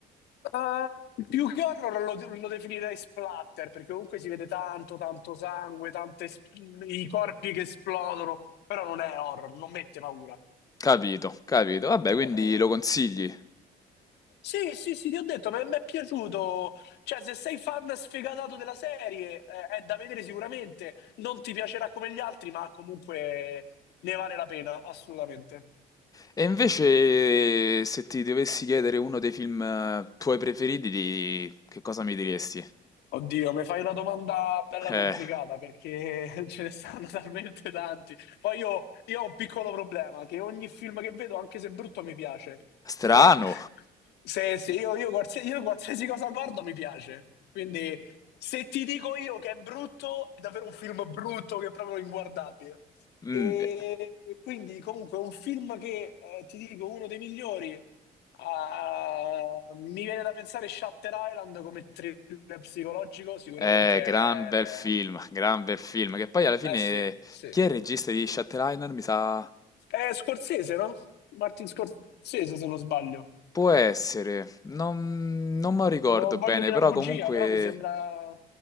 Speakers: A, on the left; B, on the left.
A: Eh, più che horror lo, de- lo definirei splatter, perché comunque si vede tanto, tanto sangue, tante es- i corpi che esplodono, però non è horror, non mette paura.
B: Capito, capito. Vabbè, quindi
A: Eh, eh.
B: lo
A: eh.
B: consigli.
A: sì, sì, sì, ti ho detto, ma mi è piaciuto. Cioè, se sei fan sfegatato della serie, eh, è da vedere sicuramente. Non ti piacerà come gli altri, ma comunque ne vale la pena, assolutamente.
B: E invece, se ti dovessi chiedere uno dei film eh, tuoi preferiti, di- che cosa mi diresti?
A: Oddio, mi fai una domanda bella
B: Eh,
A: complicata perché <laughs> ce ne stanno talmente tanti. Poi io, io ho un piccolo problema, che ogni film che vedo, anche se brutto, mi piace.
B: strano.
A: <laughs> Sì, sì, io, io qualsiasi, io qualsiasi cosa guardo mi piace. Quindi se ti dico io che è brutto, è davvero un film brutto che è proprio inguardabile.
B: Mm.
A: E
B: Eh,
A: quindi comunque un film che, eh, ti dico, uno dei migliori, ah, mi viene da pensare Shutter Island come thriller psicologico, sicuramente
B: eh, gran bel
A: è...
B: film, <laughs> gran bel film. Che poi alla fine,
A: Eh sì, sì.
B: chi è il regista di Shutter Island? Mi sa
A: È Scorsese, no? Martin Scorsese, se non sbaglio.
B: Può essere, non, non me lo ricordo
A: Non
B: bene,
A: voglio dire
B: però
A: una bugia,
B: comunque...
A: però mi sembra...